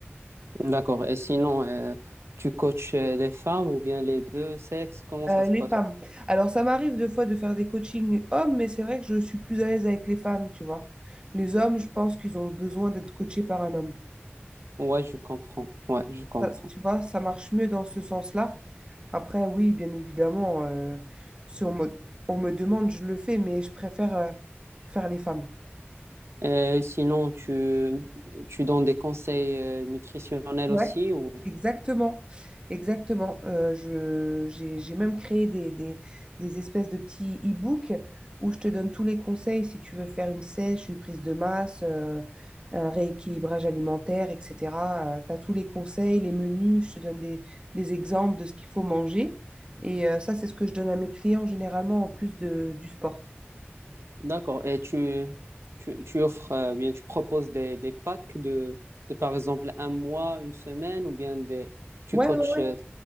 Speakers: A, on the right (about 85°); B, on the right (about 25°).
A: d'accord. Et sinon, euh, tu coaches euh, les femmes ou bien les deux sexes? Comment
B: Euh,
A: ça se
B: les
A: passe?
B: femmes. Alors, ça m'arrive deux fois de faire des coachings hommes, mais c'est vrai que je suis plus à l'aise avec les femmes, tu vois. Les hommes, je pense qu'ils ont besoin d'être coachés par un homme.
A: Ouais, je comprends. Ouais, je comprends.
B: Ça, tu vois, ça marche mieux dans ce sens-là. Après, oui, bien évidemment, euh, si on me, on me demande, je le fais, mais je préfère euh, faire les femmes.
A: Euh, sinon, tu, tu donnes des conseils euh, nutritionnels
B: Ouais.
A: aussi ou...
B: Exactement, exactement. Euh, je, j'ai, j'ai même créé des, des, des espèces de petits e-books où je te donne tous les conseils si tu veux faire une sèche, une prise de masse, euh, un rééquilibrage alimentaire, etc. tu as tous les conseils, les menus, je te donne des, des exemples de ce qu'il faut manger. Et euh, ça, c'est ce que je donne à mes clients généralement en plus de, du sport.
A: D'accord. Et tu, tu, tu offres, euh, bien, tu proposes des, des packs de, de, par exemple, un mois, une semaine ou bien des... tu
B: Ouais,
A: coaches.
B: ouais.
A: euh,